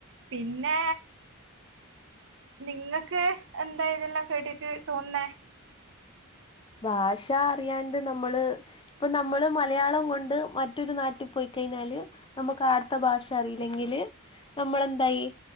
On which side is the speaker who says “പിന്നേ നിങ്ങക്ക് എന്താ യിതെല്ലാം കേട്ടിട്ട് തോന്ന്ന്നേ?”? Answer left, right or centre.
Right